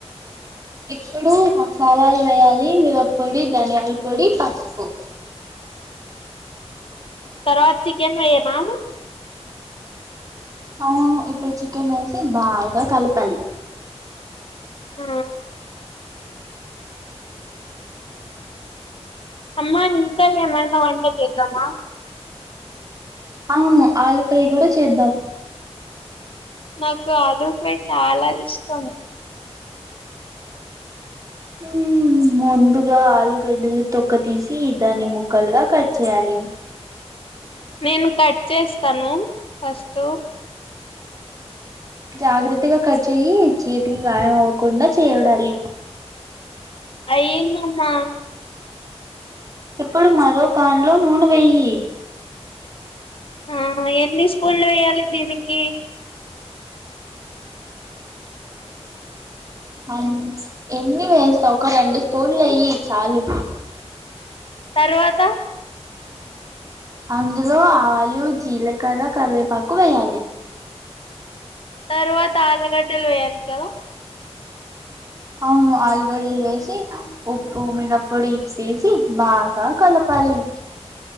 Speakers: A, on the right; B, on the left.
A: ఇప్పుడు మసాలాలు వేయాలి మిరపొడి ధనియాల పొడి పప్పు
B: తరువాత చ కన్వయ నాము
A: అవును ఇప్పుడు చికెన్ వేసి బాగా కలపాలి
B: ఆ అమ్మా ఇంకా ఏమైన వంట చెద్దామా
A: అవును ఆలి ఫ్రై కూడా చేద్దాం
B: నాకు ఆలూ ఫ్రై చాలా ఇష్టం
A: మ్మ్ ముందుగా ఆలుగడ్డలు తొక్కత్ తీసి దాన్ని ముక్కలుగా కట్ చేయాలి
B: నేను కట్ చేస్తాను. ఫస్ట్
A: జాగ్రత్తగా కట్ చేయి చేతికి గాయం అవ్వకుండా చేయోడాలి
B: అయ్యిందమ్మా
A: ఇప్పుడు మరో పాన్లో నూనె వెయ్యి
B: ఆ ఎన్ని స్పూన్లు వేయాలి దీనికి
A: అవును ఎన్ని వేస్తావ్ ఒక రెండు స్కూన్లు ఎయ్యి చాలు
B: తర్వాత
A: అందులో ఆవాలు జీలకర్ర కరివేపాకు వేయాలి
B: తరువాత ఆలగడ్డలు వేయాలి కదా
A: అవును ఆలుగడ్డలు వేసి ఉప్పు మిరపొడి వేసి బాగా కలపాలి